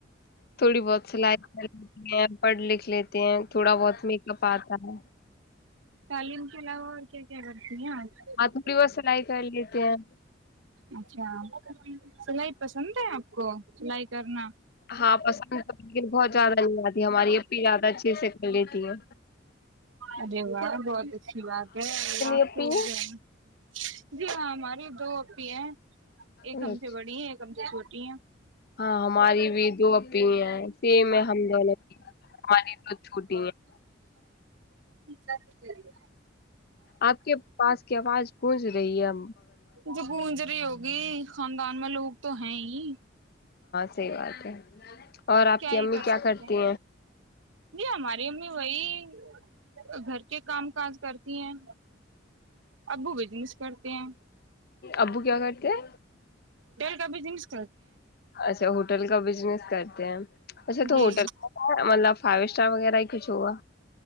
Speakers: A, on the left; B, on the right.
A: تھوڑی بہت سلائی پڑھ لکھ لیتے ہیں تھوڑا بہت میک اپ آتا ہے
B: تعلیم کے علاوہ اور کیا کیا بے
A: ہاں تھوڑی بہت سلائی کر لیتے ہیں
B: اچھا سلائی پسند ہے آپ کو سلائی کرنا
A: ہاں پسند لیک بہت زیادہ نہیں آتی ہماری یہ زیادہ اچھے سے کر لیتی ہے
B: ارے بہت اچھی بات ہے اللہ
A: اپی
B: خ جی ہاں ہماریے دو ای ہیں
A: ہیں
B: ایک ہم
A: اچھا
B: سے بڑی ایک ہم چھوٹی ہیں
A: ہاں ہماری بھی دو اپی ہیں سیم ہم دونوں ہماری دو چوٹی ہیں
B: سب چری گ
A: آپ کے پاس کی آواز گزریا
B: جو گونجری ہوگ گی خاندان میں لوگ تو نہیںاں
A: صحی بات ہے اور آپ
B: کیا
A: کی
B: ہی
A: امی
B: کر سکتے
A: کرتی
B: ہیں ج ہماری امی وہی گھر کے کام کاج کرتی ہیں ابو بجنس کرتے ہیں
A: ابو کرتے کیا
B: کازس
A: اچھا ہوٹل کا بزنس کرتے ہیں اچھا تو
B: جی
A: ہوٹل کا کیا مطلب فائیو اسٹار وغیرہ ہی کچھ ہوا